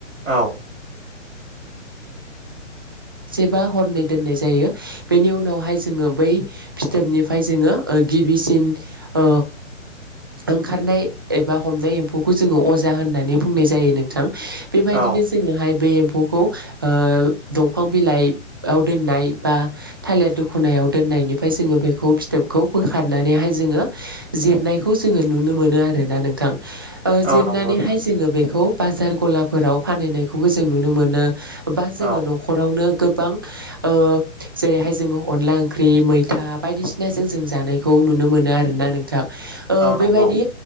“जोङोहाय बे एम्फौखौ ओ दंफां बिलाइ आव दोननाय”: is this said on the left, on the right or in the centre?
Right